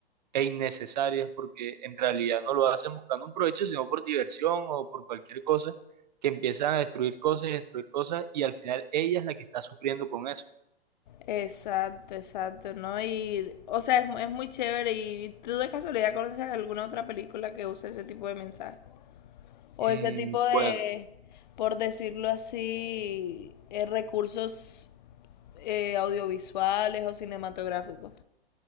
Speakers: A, on the right; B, on the left.
A: e innecesarias porque en realidad no lo hacen buscando un provecho, sino por diversión o por cualquier cosa, que empiezan a destruir cosas y destruir cosas y al final ella es la que está sufriendo con eso.
B: Exacto, exacto, ¿no? Y, o sea, es, mu- es muy chévere. ¿Y tú de casualidad conoces alguna otra película que use ese tipo de mensaje? O
A: Mm,
B: ese tipo de,
A: bueno,
B: por decirlo así, eh, recursos eh, audiovisuales o cinematográficos.